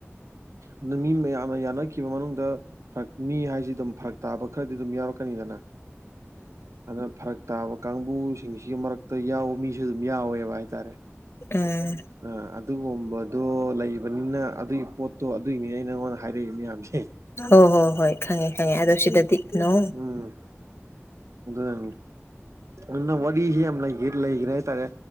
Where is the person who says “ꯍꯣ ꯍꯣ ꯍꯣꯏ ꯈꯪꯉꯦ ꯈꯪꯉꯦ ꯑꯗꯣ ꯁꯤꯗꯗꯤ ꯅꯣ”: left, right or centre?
Left